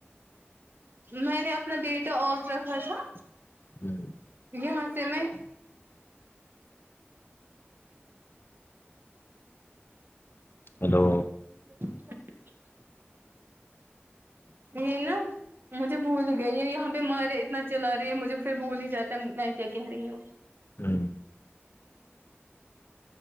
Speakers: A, on the right (about 55°); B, on the left (about 60°).
A: میں نے اپنا ڈیٹا آف رکھا تھا
B: ہوں
A: یہاں سے میں
B: ہیلو
A: <inaudible> نہیں نا مجھے بھول گئی ہے یہاں بیہ مار اتنا چلا رہی ہے مجھے پھر بھول ہی جاتا ہے میں کیا کہہ رہی ہوں
B: ہوں